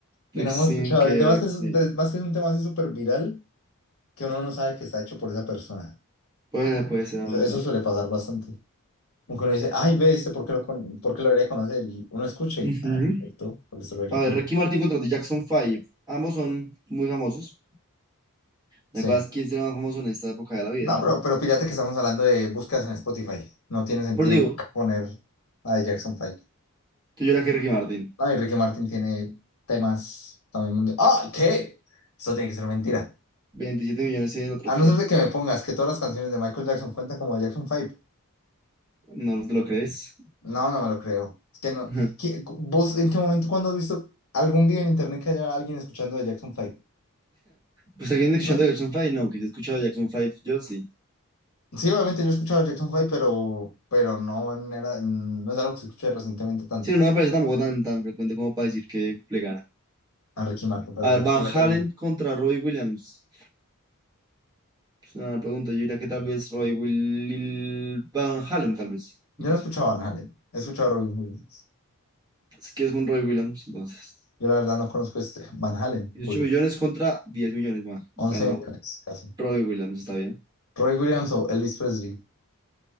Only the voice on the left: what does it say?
Que no hemos
escuchado.
Además que
es, un- además que es un tema así súper viral. que uno no sabe que está hecho por esa persona.
Eso,
eso suele pasar bastante. Como que uno dice, ay, ve, este, ¿por qué lo, con- por qué lo debería conocer? Y uno escucha y,
ah, no, esto, por eso lo debería
conocer.
Sí.
No, pero,
pero fíjate que estamos hablando de búsquedas en Spotify. No tiene sentido
poner a Jackson Five
No, y Ricky Martin tiene temas también mundiales. ¡Ah, qué! Eso tiene que ser mentira.
A
no ser de que me pongas que todas las canciones de Michael Jackson cuentan como de Jackson Five
No, no me lo creo. Es que no.
¿Qui- ¿Vos en qué momento, cuando has visto algún video en internet que haya alguien escuchando de Jackson Five?
¿no?
Sí, obviamente yo he escuchado Jackson Five, pero, pero no, en era- en- no es algo que se escuche recientemente tanto
a Ricky Martin, pero
bueno,
ya te
lo digo.
Yo no he escuchado a Van Halen, he escuchado a Robbie Williams.
Yo la verdad no conozco este Van Halen,
curioso.
11 millones, caso.
Roy Williams o Elvis Presley.